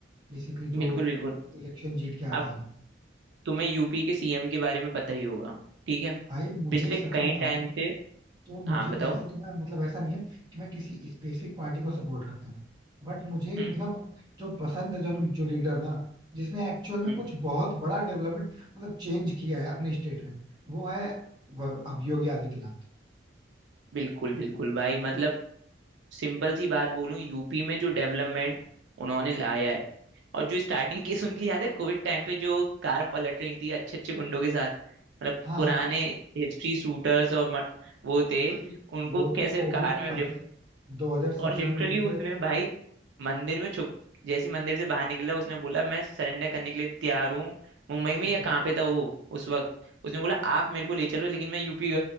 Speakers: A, on the right; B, on the right.
A: बेसिकली जो
B: बिल्कुल बिल्कुल
A: इलेक्शन जीत के आते
B: आप
A: हैं
B: तुम्हें यूपी के सीएम के बारे में पता ही होगा ठीक है
A: भाई मुझे
B: पिछले
A: सच
B: कई
A: में बताऊं
B: टाइम
A: ना
B: से
A: तो मुझे
B: हाँ बताओ
A: वैसे तो मैं मतलब ऐसा नहीं है कि मैं किसी स्पेसिफिक पार्टी को सपोर्ट करता हूँ बट मुझे
B: हम्म
A: मतलब जो पसंद है जो जो लीडर ना जिसने एक्चुअल में
B: हम्म,
A: कुछ बहुत बड़ा डेवलपमेंट मतलब चेंज किया है अपने स्टेट में वो है व- अब योगी आदित्यनाथ
B: बिल्कुल बिल्कुल भाई मतलब सिंपल सी बात बोलूं यूपी में जो डेवलपमेंट उन्होंने लाया है और जो स्टार्टिंग केस उनकी याद है कोविड टाइम पे जो कार पलट रही थी अच्छे अच्छे गुंडों के साथ मतलब
A: हाँ
B: पुराने
A: हाँ
B: हिस्ट्री शूटर्स और म- वो थे
A: भाई
B: उनको
A: वो
B: कैसे
A: तो कोविड
B: कार
A: की
B: में ले
A: बात है 2017
B: और लिटरली
A: में उन्होंने
B: उसने भाई मंदिर में छुप जैसे ही मंदिर से बाहर निकला उसने बोला मैं सरेंडर करने के लिए तैयार हूँ मुंबई में
A: एक
B: या
A: सेकंड
B: कहाँ पे था वो उस वक्त उसने बोला आप मेरे को ले चलो लेकिन मैं यूपी